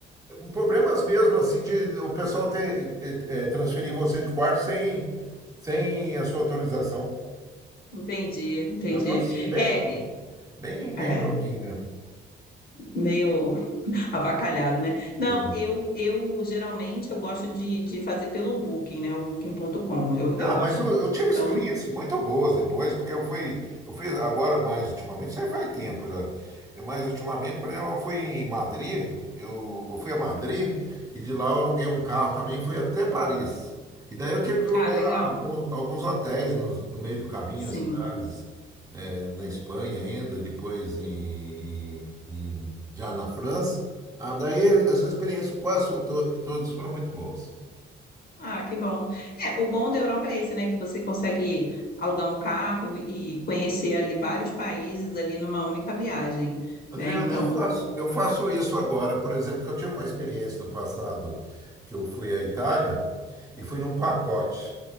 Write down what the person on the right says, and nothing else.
Problemas mesmo, assim, de o pessoal ter, eh, eh, eh, transferir você de quarto sem, sem a sua autorização.
Negócio, assim, bem,
bem, bem
louquinho.
É.
Não,
mas eu,
eu tive
experiências muito boas depois, porque eu fui, eu fui agora mais ultimamente, isso aí faz tempo já. Eu, Mas ultimamente, por exemplo, eu fui em Madrid, eu, eu fui a Madrid e de lá eu aluguei um carro também, e fui até Paris. E daí eu tive que alugar
alguns, alguns hotéis no, no meio do caminho,
as cidades, né, na Espanha ainda, depois em, em- em- já na França. Ah, daí essas experiências quase to- todas foram muito boas.
Adriana,
eu faço, eu faço isso agora, por exemplo, que eu tive uma experiência no passado que eu fui à Itália e fui num pacote.